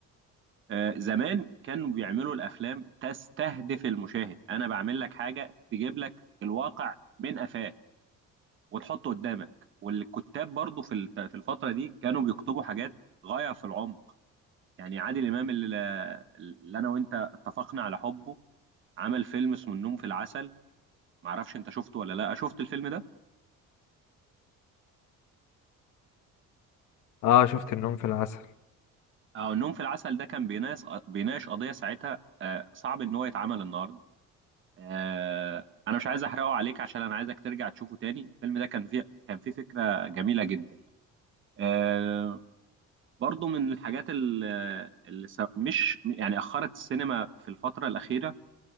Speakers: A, on the right; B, on the left.
A: آه زمان كانوا بيعملوا الافلام تستهدف المشاهد انا بعمل لك حاجه تجيب لك الواقع من قفاه وتحطه قدامك والكتاب برضو في الت- في الفتره دي كانوا بيكتبوا حاجات غايه في العمق يعني عادل امام اللي, اللي انا وانت اتفقنا على حبه عمل فيلم اسمه النوم في العسل معرفش انت شفته ولا لا شفت الفيلم ده
B: اه شفت النوم في العسل
A: اه النوم في العسل ده كان بيناقش بيناقش قضيه ساعتها آه، صعب ان هو يتعمل النهارده آه، انا مش عايز احرقه عليك عشان انا عايزك ترجع تشوفه تاني الفيلم ده كان فيه كان فيه فكره جميله جدا آه، برضو من الحاجات اللي, اللي س- مش يعني اخرت السينما في الفتره الاخيره